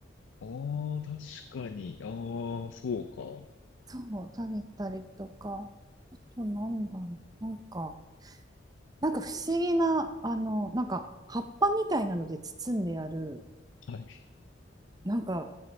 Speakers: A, on the left (about 85°); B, on the right (about 20°).
A: ああ、確かに。ああ、そうか。
B: そう、食べたりとか、あとなんだろう、なんか、なんか不思議な、あの、なんか葉っぱみたいなので包んである、
A: はい。
B: なんか、